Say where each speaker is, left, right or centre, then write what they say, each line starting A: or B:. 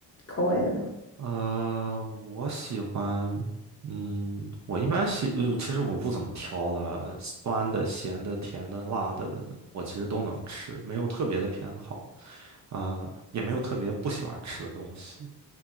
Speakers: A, on the left; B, on the right.
A: 口味的呢？
B: 呃，我喜欢，嗯，我一般喜，呃其实我不怎么挑了，酸的、咸的、甜的、辣的，我其实都能吃，没有特别的偏好啊，也没有特别不喜欢吃的东西。